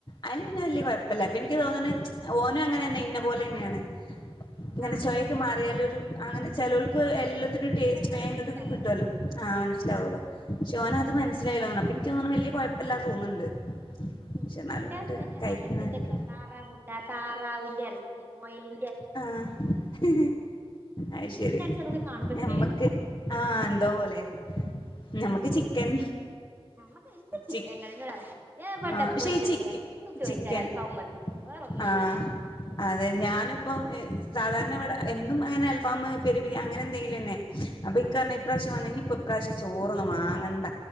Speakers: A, on the left; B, on the right.
A: അതില്ന്നെ വലിയ കൊഴപ്പല്യ എനിക്ക് തോന്നുന്നു ഓനും അങ്ങനെ തന്നെ ഇന്ന പോലെ തന്നെയാണ് ഇങ്ങനെ
B: ആ
A: ചോയ് ക്കു മാറിയാലൊരു അങ്ങനെ ചെലോൾക്ക് എല്ലോം ത്തൊരു ടേസ്റ്റ്
B: പെട്ടെന്ന്
A: വേഗം
B: മനസ്സിലാവോ
A: ങ്ങട് കിട്ടുവല്ലോ ആഹ് മനസ്സിലാവുല്ലോ
B: ആ ആ
A: പക്ഷേ ഓനത് മനസ്സിലായില്ല തോന്ന്ണ് അപ്പൊ എനിക്കു തോന്ന്ണ് വലിയ കൊഴപ്പല്ലാ തോന്നുന്നുണ്ട്
B: ഉം
A: പക്ഷെ എന്നാലും
B: എന്റെ
A: ഇങ്ങട്ട്
B: ഹസ്ബൻറാണ്
A: കഴിക്കണം
B: അങ്ങനത്തേന്റെ
A: എനിക്ക്
B: ഒക്കെ താറാ മുട്ട താറാവിന്റെ എറച്ചി മൊയലി
A: ആഹ് അയ്ശരി
B: എനിക്ക് അതൊക്കെ കാണുമ്പത്തിന്
A: ഞമ്മക്ക് ആഹ് എന്തോ പോലെ ഞമ്മക്ക് ചിക്കൻ
B: ഞമ്മക്ക് എനിക്ക് ചിക്കൻ
A: ചി
B: കഴിഞ്ഞേള്ള് എറച്ചി എവിടെ
A: ആഹ് പക്ഷെ
B: പോയ്
A: ഈ
B: കഴിഞ്ഞാലും
A: ചിക്കൻ
B: എന്ത് ചോയ്ച്ചാലും
A: ചിക്കൻ
B: അൽഫാമും മന്തീം വേറൊന്നും
A: ആഹ്
B: വേണ്ട
A: അതെ ഞാനും ഇപ്പം സാധാരണ ഇവിടെ എന്നും അങ്ങനെ അൽഫാം പെരുപിരി അങ്ങനെ എന്തെങ്കിലു അന്നെ അപ്പൊ ഇക്കറഞ്ഞ് ഇപ്രാശ്യം വന്നേനി ഇപ്പ ഇപ്രാശ്യം ചോറൊന്നും വാങ്ങണ്ട